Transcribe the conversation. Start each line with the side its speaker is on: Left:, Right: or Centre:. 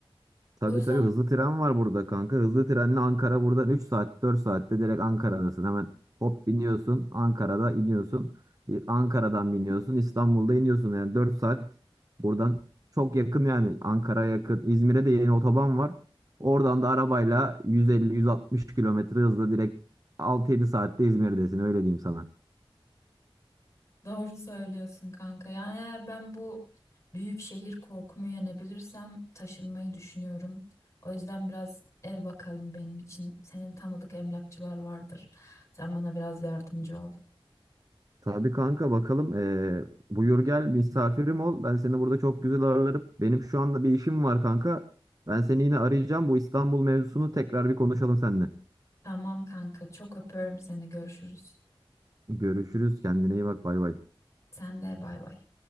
Right: Tabii
Left: O yüzden
Right: tabii hızlı tren var burada kanka. Hızlı trenle Ankara buradan 3 saat 4 saatte direkt Ankara'dasın. Hemen hop biniyorsun Ankara'da iniyorsun. Bir Ankara'dan biniyorsun İstanbul'da iniyorsun. Yani 4 saat buradan çok yakın yani Ankara'ya yakın. İzmir'e de yeni otoban var. Oradan da arabayla 150-160 kilometre hızla direkt altı yedi saatte İzmir'desin öyle diyeyim sana.
Left: doğru söylüyorsun kanka. Yani eğer ben bu büyük şehir korkumu yenebilirsem taşınmayı düşünüyorum. O yüzden biraz ev bakalım benim için. Senin tanıdık emlakçılar vardır. Sen bana biraz yardımcı ol.
Right: Tabii kanka bakalım. Ee, buyur gel misafirim ol. Ben seni burada çok güzel ağırlarım. Benim şu anda bir işim var kanka. Ben seni yine arayacağım. Bu İstanbul mevzusunu tekrar bir konuşalım seninle.
Left: Tamam kanka, çok öpüyorum seni. Görüşürüz.
Right: Görüşürüz. Kendine iyi bak. Bay bay.
Left: Sen de bay bay.